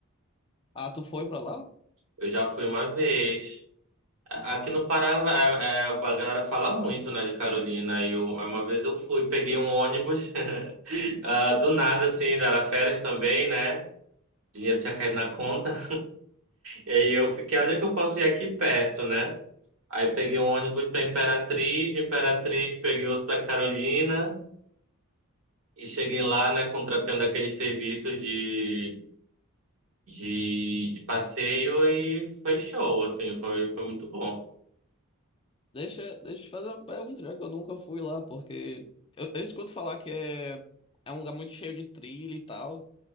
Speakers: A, on the left; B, on the right.
A: Ah, tu foi para lá?
B: Eu já fui uma vez. A- Aqui no Pará, é, é, a galera fala muito, né, de Carolina. E eu, uma vez eu fui, peguei um ônibus, <laughs> ah, do nada, assim, era férias também, né? Dinheiro tinha caído na conta. E aí eu fiquei, olha que eu posso ir aqui perto, né? Aí peguei um ônibus para Imperatriz, de Imperatriz peguei outro para Carolina e cheguei lá, né, contratando aqueles serviços de, de, de passeio e foi show, assim, foi, foi muito bom.
A: Deixa, deixa eu te fazer uma pergunta, já que eu nunca fui lá, porque eu, eu escuto falar que é, é um lugar muito cheio de trilha e tal.